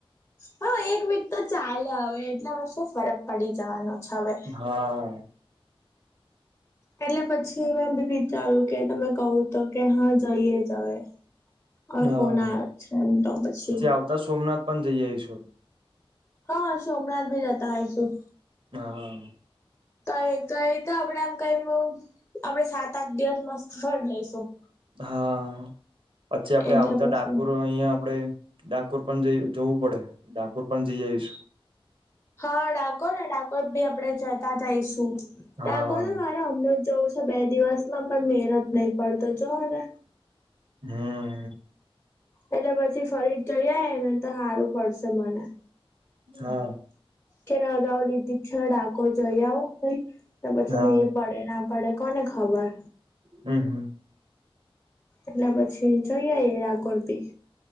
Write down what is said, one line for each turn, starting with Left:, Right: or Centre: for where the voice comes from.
Left: હા, એક વીક તો ચાલે અવે એટલે અવે શું ફરક પડી જવાનો છે. હવે
Right: હા
Left: એટલે પછી મેં બી વિચારુ, કે તમે કહું તો કે હા જઈએ જ અવે અવે
Right: હા.
Left: ફોન આવે છે, તો પછી
Right: આવતા સોમનાથ <inaudible>
Left: હા, સોમનાથ ભી રહેતા હૈસુ
Right: હા
Left: તો એ તો આપણે આમ કઈ આપણે, સાત આઠ દિવસનું સ્થળ લઈશું
Right: હા, પછી આપણે
Left: એટલે
Right: આવતા
Left: પછી
Right: ડાકોર અહિયાં આપડે ડાકોર પણ જવું પડે. ડાકોર પણ જઈ આવીશુ
Left: હા, ડાકોર ને ડાકોર પણ આપણે જઈશું.
Right: હા
Left: ડાકોર ને મારો હમણાં જ જવું છે પણ બે દિવસ માં પણ મેળ જ નહી પડતો જો ને
Right: હા
Left: એટલે પછી ફરી જઈએ, તો સારુ પડશે મને
Right: હા
Left: કે રજાઓ લીધી છે. ડાકોર જઈ આવો પછી
Right: હા
Left: મેળ પડે ના પડે પણ કોને, ખબર
Right: હા, હા
Left: એટલે પછી જયઆઈએ, ડાકોર થી